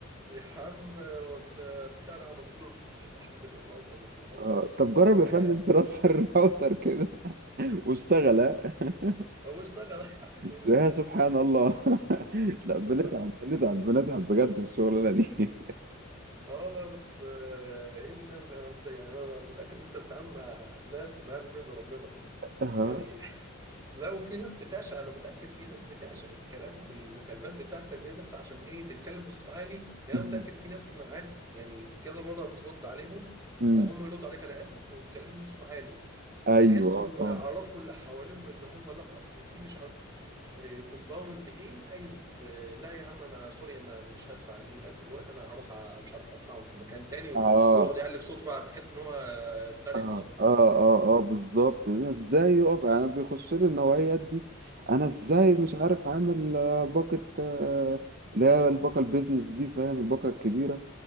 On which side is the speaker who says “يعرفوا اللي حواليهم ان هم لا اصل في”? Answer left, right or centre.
Right